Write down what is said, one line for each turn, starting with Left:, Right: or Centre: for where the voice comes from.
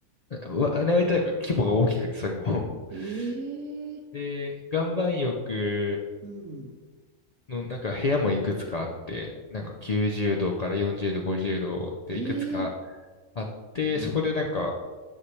Left: わあれはなんか規模が大きくて、それも。
Right: ええ
Left: <laughs> で、岩盤浴
Right: うん。
Left: のなんか部屋もいくつかあって、なんか90度から40度、
Right: おー、
Left: 50度でいくつか
Right: ええ
Left: あって、
Right: うん。
Left: そこでなんか